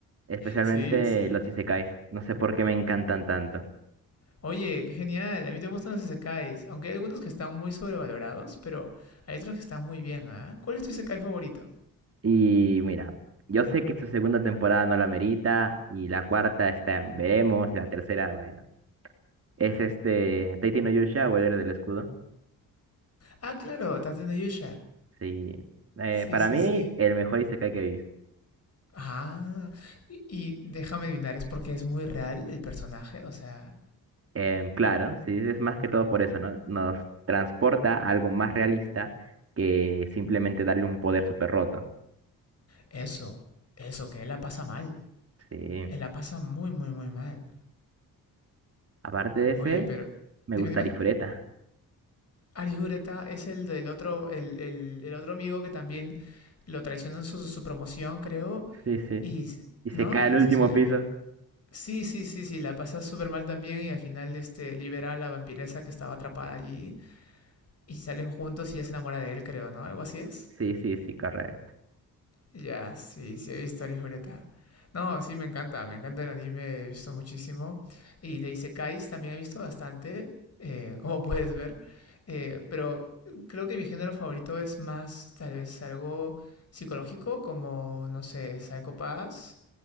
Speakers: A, on the right; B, on the left.
A: Especialmente
B: sí, sí.
A: los isekais. No sé por qué me encantan tanto.
B: Oye, qué genial. A mí también me gustan los isekais, aunque hay algunos que están muy sobrevalorados, pero hay otros que están muy bien, ¿ah? ¿Cuál es tu isekai favorito?
A: Y mira, yo sé que su segunda temporada no la merita. Y la cuarta está, en veremos. Y la tercera, bueno. Es este, Taiti no Yusha o el héroe del escudo.
B: Ah, claro, Tate no Yusha.
A: Sí. Eh,
B: Sí,
A: para
B: sí,
A: mí,
B: sí.
A: el mejor isekai que he visto.
B: Ah, y, y déjame adivinar, ¿es porque es muy real el personaje? O sea,
A: Em, claro, sí, es más que todo por eso, ¿no? Nos transporta a algo más realista que simplemente darle un poder súper roto.
B: eso, eso, que él la pasa mal.
A: Sí.
B: Él la pasa muy, muy, muy mal.
A: Aparte de ese,
B: Oye, pero,
A: me
B: dime,
A: gusta
B: dime.
A: Ifureta.
B: Arihureta es el del otro, el, el, el otro amigo que también lo traicionan su, su promoción, creo,
A: Sí, sí.
B: y, s-
A: Y
B: ¿no?
A: se cae
B: Y
A: al último
B: se,
A: piso.
B: Sí, sí, sí, sí, la pasa súper mal también y al final este, libera a la vampiresa que estaba atrapada allí y salen juntos y ella se enamora de él, creo, ¿no? Algo así es.
A: Sí, sí, sí, correcto.
B: Ya, sí, sí, he visto a Lijureta. No, sí, me encanta, me encanta el anime, he visto muchísimo. Y de Isekais también he visto bastante, eh, <laughs> como puedes ver. Eh, pero creo que mi género favorito es más, tal vez, algo psicológico, como, no sé, Psycho Pass.